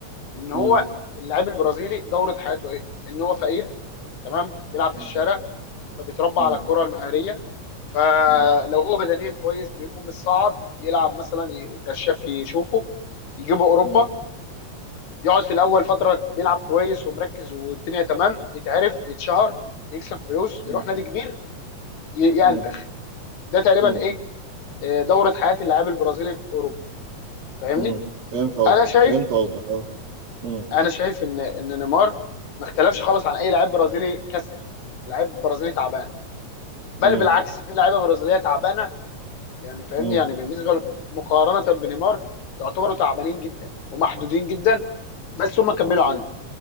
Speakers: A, on the left (about 80°); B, on the right (about 65°).
A: ان هو
B: مم.
A: اللاعب البرازيلي دوره حياته ايه؟ ان هو فقير تمام بيلعب في
B: مم.
A: الشارع فبيتربى
B: مم.
A: على الكره المهاريه فلو
B: مم.
A: هو بدنيا كويس بيقوم الصعب يلعب مثلا كشاف يشوفه يجيبه اوروبا
B: مم.
A: يقعد في الاول فتره بيلعب كويس ومركز والدنيا تمام يتعرف يتشهر يكسب فلوس
B: مم.
A: يروح نادي كبير ي- ينتخ
B: مم.
A: ده تقريبا
B: مم.
A: ايه آه، دوره حياه اللاعب البرازيلي في اوروبا فاهمني
B: مم. فهمت قصدك
A: انا شايف
B: فهمت قصدك اه مم.
A: انا شايف ان ان نيمار ما اختلفش خالص عن اي لاعب برازيلي كسر لاعب برازيلي تعبان بل
B: مم.
A: بالعكس في لعيبه برازيليه تعبانه يعني فاهمني
B: مم.
A: يعني بالنسبه ل- مقارنه بنيمار يعتبروا تعبانين جدا ومحدودين جدا بس هم كملوا عنه